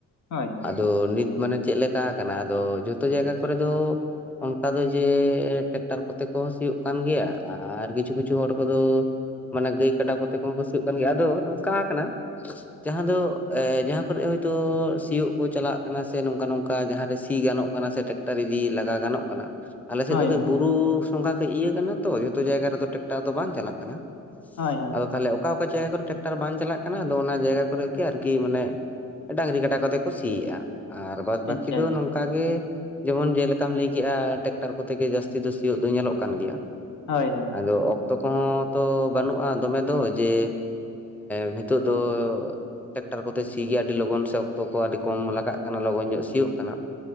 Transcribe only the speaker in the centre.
ᱟᱫᱚ ᱱᱤᱛ ᱢᱟᱱᱮ ᱪᱮᱜᱞᱮᱠ ᱠᱟ ᱠᱟᱱᱟ ᱟᱫᱚ ᱡᱷᱚᱛᱚ ᱡᱟᱭᱜᱟ ᱠᱚᱨᱮ ᱫᱚ ᱚᱱᱠᱟ ᱫᱚ ᱡᱮ ᱴᱮᱠ ᱴᱟᱨ ᱠᱚᱛᱮ ᱠᱚ ᱥᱤᱭᱳᱜ ᱠᱟᱱ ᱜᱮᱭᱟ ᱟᱨ ᱠᱤᱪᱷᱩ ᱠᱤᱪᱷᱩ ᱦᱚᱲ ᱠᱚᱫᱚ ᱢᱟᱱᱮ ᱜᱟᱹᱭ ᱠᱟᱴᱟ ᱠᱚᱛᱮ ᱠᱚ ᱦᱚᱸ ᱠᱩᱥᱤᱭᱟᱜ ᱠᱟᱱ ᱜᱮᱭᱟ ᱾ ᱟᱫᱚ ᱱᱚᱝᱠᱟ ᱠᱟᱱᱟ ᱡᱟᱦᱟᱸ ᱫᱚ ᱮᱸ ᱡᱟᱦᱟᱸ ᱠᱚᱨᱮ ᱦᱳᱭᱛᱳ ᱥᱤᱭᱳᱜ ᱠᱚ ᱪᱟᱞᱟᱜ ᱠᱟᱱᱟ ᱥᱮ ᱱᱚᱝᱠᱟ ᱱᱚᱝᱠᱟ ᱡᱟᱸᱦᱟ ᱨᱮ ᱥᱤ ᱜᱟᱱᱚᱜ ᱠᱟᱱᱟ ᱥᱮ ᱴᱮᱠ ᱴᱟᱨ ᱤᱫᱤ ᱞᱟᱜᱟ ᱜᱟᱱᱚᱜ ᱠᱟᱱᱟ ᱾ ᱟᱞᱮᱥᱮᱫ
ᱫᱚ ᱠᱟᱹᱡ
ᱵᱩᱨᱩ ᱥᱚᱸᱜᱷᱟ ᱠᱟᱹᱡ ᱤᱭᱟᱹ ᱠᱟᱱᱟ ᱛᱚ ᱡᱷᱚᱛᱚ ᱡᱟᱭᱜᱟ ᱨᱮᱫᱚ ᱴᱮᱠᱴᱟᱨ ᱫᱚ ᱵᱟᱝ ᱪᱟᱞᱟᱜ ᱠᱟᱱᱟ ᱾ <inaudible>
ᱟᱫᱚ ᱛᱟᱦᱞᱮ ᱚᱠᱟ ᱚᱠᱟ ᱡᱟᱭᱜᱟ ᱠᱚᱨᱮ ᱴᱨᱟᱠᱴᱟᱨ ᱵᱟᱝ ᱪᱟᱞᱟᱜ ᱠᱟᱱᱟ ᱟᱫᱚ ᱚᱱᱟ ᱡᱟᱭᱜᱟ ᱠᱚᱨᱮ ᱜᱮ ᱟᱨᱠᱤ ᱢᱟᱱᱮ ᱰᱟᱝᱨᱤ ᱠᱟᱰᱟ ᱠᱚᱛᱮ ᱠᱚ ᱥᱤᱭᱮᱜᱼᱟ ᱾ ᱟᱨ ᱵᱟᱫᱽ ᱵᱟᱹᱠᱤ
ᱫᱚ
ᱱᱚᱝᱠᱟ ᱜᱮ ᱡᱮᱢᱚᱱ ᱡᱮᱞᱮᱠᱟᱢ ᱞᱮᱭ ᱠᱮᱜᱮᱜᱼᱟ ᱴᱨᱟᱠᱴᱟᱨ ᱠᱚᱛᱮ ᱜᱮ ᱡᱟᱹᱥ ᱥᱤ ᱫᱚ ᱥᱤᱭᱳᱜ ᱫᱚ ᱧᱮᱞᱚᱜ ᱠᱟᱱ ᱜᱮᱭᱟ ᱾
ᱟᱫᱚ ᱚᱠᱛᱚ ᱠᱚᱦᱚᱸ ᱛᱚ ᱵᱟᱹᱱᱩᱜᱼᱟ ᱫᱚᱢᱮ ᱫᱚ ᱡᱮ, <inaudible> ᱵᱷᱤᱛᱚᱜ ᱫᱚ ᱴᱮᱠᱴᱟᱨ ᱠᱚᱛᱮ ᱥᱤ ᱜᱮ ᱟᱹᱰᱤ ᱞᱚᱜᱚᱱ ᱥᱮ ᱚᱠᱛᱚ ᱠᱚ ᱟᱹᱰᱤ ᱠᱚᱢ ᱞᱟᱜᱟᱜ ᱠᱟᱱᱟ ᱞᱚᱜᱚᱱ ᱧᱚᱜ ᱥᱤᱭᱳᱜ ᱠᱟᱱᱟ ᱾